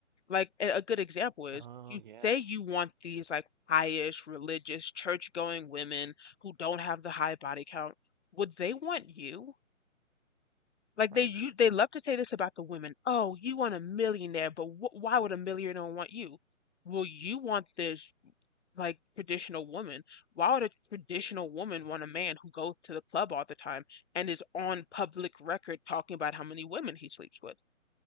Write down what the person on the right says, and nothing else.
oh
yeah
right